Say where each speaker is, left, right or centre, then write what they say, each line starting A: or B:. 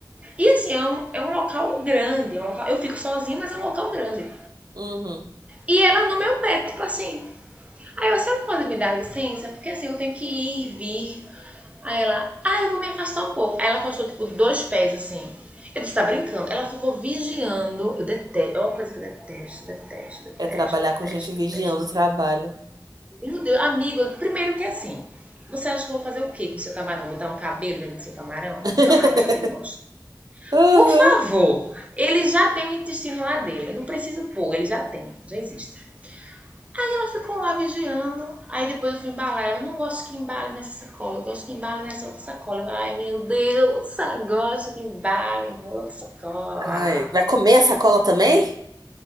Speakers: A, on the right; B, on the right.
A: E assim, é um, é um local grande. é um local- eu fico sozinha, mas é um local grande.
B: Uhum.
A: E ela no meu pé, tipo assim, Aí eu, a pode me dar licença? Porque assim, eu tenho que ir e vir. Aí ela, ah, eu vou me afastar um pouco. Aí ela afastou, tipo, dois pés, assim. Eu disse, tá brincando? Ela ficou vigiando. Eu detesto, é uma coisa que eu detesto, detesto, detesto,
B: É trabalhar
A: detesto,
B: com gente vigiando
A: detesto.
B: o trabalho.
A: Meu Deus, amigo, primeiro que assim, você acha que eu vou fazer o quê com o seu camarão? Botar um cabelo dentro do seu camarão?
B: <laughs>
A: O camarão já tem bosta.
B: Uhum.
A: Por favor, ele já tem o intestino lá dele. Eu não preciso pôr, ele já tem, já existe. Ela ficou lá vigiando. Aí depois eu fui embalar. Ela, eu não gosto que embale nessa sacola. Eu gosto que embale nessa outra sacola. Eu, Ai, meu Deus, agora isso que embale em outra sacola.
B: Ai, vai comer a sacola também?